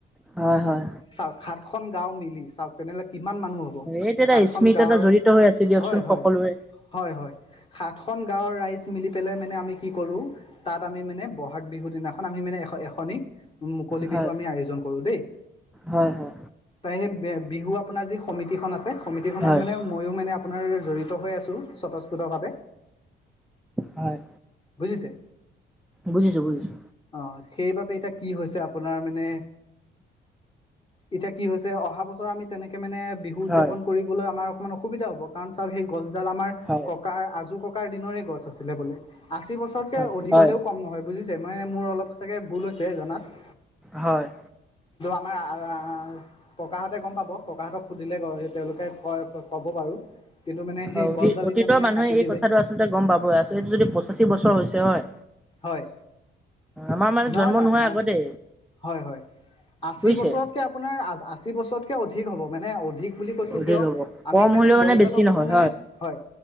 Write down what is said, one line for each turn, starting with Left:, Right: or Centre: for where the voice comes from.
Centre: হয় হয়।
Left: চাওক সাতখন গাঁও মিলি চাওক তেনেহ'লে কিমান মানুহ হ'ব
Centre: এইটো এটা
Left: সাতখন
Centre: স্মৃতি
Left: গাঁওৰ
Centre: এটা জড়িত হৈ আছে দিয়কচোন
Left: হয় হয়
Centre: সকলোৰে
Left: হয় হয় সাতখন গাঁৱৰ ৰাইজ মিলি পেলাই মানে আমি কি কৰো তাত আমি মানে বহাগ বিহু দিনাখন আমি মানে এ এখনি মুকলি
Centre: হয়
Left: বিহু আমি আয়োজন কৰো দেই।
Centre: হয় হয়
Left: ত সেই বিহু আপোনাৰ যি সমিতিখন আছে। যে সমিতি খনত
Centre: হয়
Left: মানে ময়ো মানে আপোনাৰ জড়িত হৈ আছো, স্বতঃস্ফতভাৱে
Centre: হয়
Left: বুজিছে
Centre: বুজিছো বুজিছো
Left: অ সেইবাবে এতিয়া কি হৈছে আপোনাৰ মানে, এতিয়া কি হৈছে অহা বছৰ পৰা আমি তনেকে মানে বিহু উজাপন
Centre: হয়
Left: কৰিবলৈ আমাৰ অকমান অসুবিধা হব কাৰণ চাওঁক হেই গচ ডাল আমাৰ
Centre: হয়
Left: ককাৰ আজো ককাৰ দিনৰে গছ আছিলে বোলে। আশী বছৰতকৈ
Centre: হয়
Left: অধিক
Centre: হয়
Left: হ'লেও কম নহয় বুজিছে মানে মোৰ অলপ চাগে ভুল হৈছে জনাত
Centre: হয়
Left: <unintelligible> আহ ককাহঁতে গম পাব, ককাহঁতক সুধিলে এ তেওঁলোকে ক ক'ব বাৰু কিন্তু মানে সেই
Centre: অ অ
Left: গছডাল
Centre: অতীতৰ
Left: এতিয়া মানে
Centre: মানুহে
Left: কাটি
Centre: এই
Left: দিলে
Centre: কথাটো আচলতে গম পাবই আচল এইটো যদি পঁচাশী বছৰ হৈছে হয়
Left: হয়
Centre: আমাৰ মানে
Left: নহয়
Centre: জন্ম
Left: নহয়
Centre: নোহোৱা আগতে।
Left: হয় হয় আশী
Centre: বুজিছে
Left: বছৰতকে আপোনাৰ আশী বছৰতকে অধিক হ'ব মানে অধিক বুলি কৈছো
Centre: অধিক
Left: কিয়
Centre: হ'ব কম
Left: আমি মানে
Centre: হ'লেও
Left: গছডালৰ
Centre: বেছি নহয়
Left: কোনো মানে, হয়